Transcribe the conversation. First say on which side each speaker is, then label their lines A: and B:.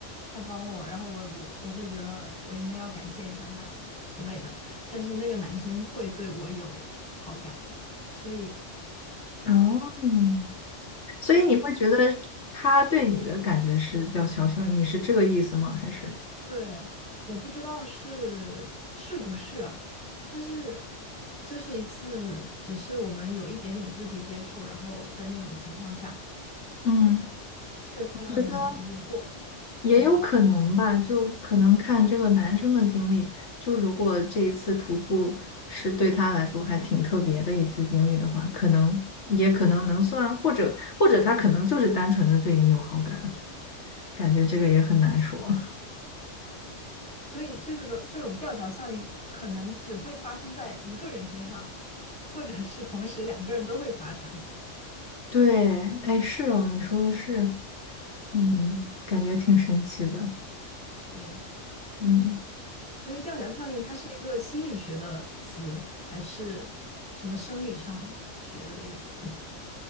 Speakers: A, in the centre; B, on the left (about 65°).
A: 他帮我，然后我我我会觉得我应该要感谢一下他之类的。但是那个男生会对我有好感，所以。
B: 嗯，哦，所以你会觉得
A: 这种。
B: 他对你的感觉是吊桥效应，你是这个意思吗？还是？
A: 对，我不知道是是不是啊，但是就是一次，只是我们有一点点肢体接触，然后在那种情况下
B: 嗯，
A: 会很疑惑，
B: 我觉得。也有可能吧，
A: 嗯，
B: 就可能看这个男生的经历。就如果这一次徒步是对他来说还挺特别的一次经历的话，可能也可能能算，或者或者他可能就是单纯的对你有好感，感觉这个也很难说。<laughs>
A: 所以这个种这种吊桥效应可能只会发生在一个人身上，或者是同时两个人都会发生，
B: 对，哎，是哦，你说的是，嗯，感觉挺神奇的，
A: 是，
B: 嗯。
A: 所以吊桥效应它是一个心理学的词，还是什么生理上学的一个词？